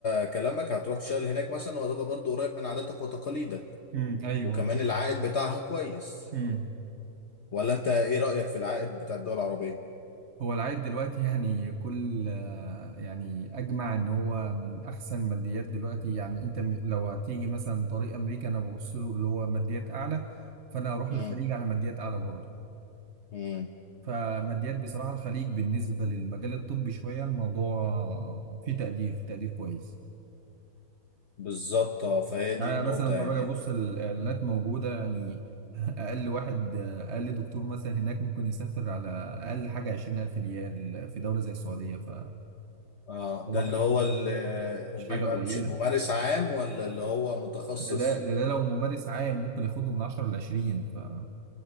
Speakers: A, on the left; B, on the right.
A: كلامك هتروح تشتغل هناك مثلا وهتبقى برضو قريب من عاداتك وتقاليدك
B: امم ايوه
A: وكمان العائد بتاعها كويس
B: امم
A: ولا انت ايه رأيك في العائد بتاع الدول العربية
B: هو العائد دلوقتي يعني كل آه، يعني اجمع ان هو من احسن ماديات دلوقتي يعني انت م- لو هتيجي مثلا طريق امريكا انا ببص له اللي هو ماديات اعلى فانا هروح
A: امم
B: للخليج على ماديات اعلى برضه
A: امم
B: فماديات بصراحة الخليج بالنسبة للمجال الطبي شوية الموضوع فيه تقدير فيه تقدير كويس
A: بالظبط اه فهي دي
B: انا
A: النقطة
B: مثلا لما
A: يعني
B: باجي ابص الاعلانات موجودة يعني <laughs> اقل واحد آه، اقل دكتور مثلا هناك ممكن يسافر على اقل حاجة 20000 ريال في دولة زي السعودية ف
A: اه
B: صباحك
A: ده اللي هو اللي
B: مش
A: بيبقى
B: حاجة قليلة
A: بش- ممارس عام ولا اللي هو متخصص
B: ده ده ده ده لو ممارس عام ممكن ياخده من 10 ل 20 فتخيل